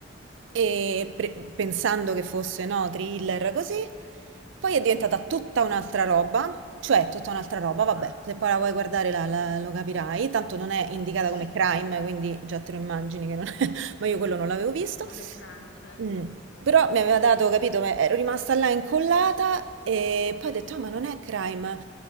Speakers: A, on the right; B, on the left.
A: e pre- pensando che fosse, no, thriller così, poi è diventata tutta un'altra roba, cioè tutta un'altra roba, vabbè,
B: Ah-ah.
A: se poi la vuoi guardare la- la- lo capirai, tanto non è indicata
B: Sì,
A: come crime, quindi già te lo immagini che non ma io quello non l'avevo visto.
B: che non è crime, certo.
A: Mm, Però mi aveva dato, capito, ma ero rimasta là incollata e poi ho detto, ah, ma non è crime.